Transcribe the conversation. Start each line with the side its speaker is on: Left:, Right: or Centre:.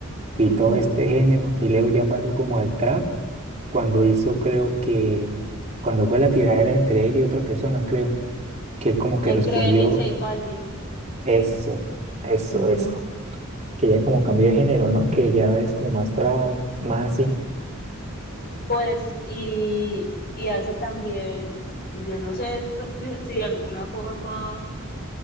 Right: y
Left: Ujú.
Right: todo este género. Y luego ya pasó como al trap cuando hizo, creo que, cuando fue la tiradera entre él y otra persona, creo, que él como que
Left: Entre
Right: respondió
Left: él y J Balvin.
Right: eso, eso,
Left: Ujú.
Right: eso. Que ya como cambió de género, ¿no? Que ya es como más trap, más así.
Left: Pues, y, y hace también, yo no sé, pues si, si de alguna forma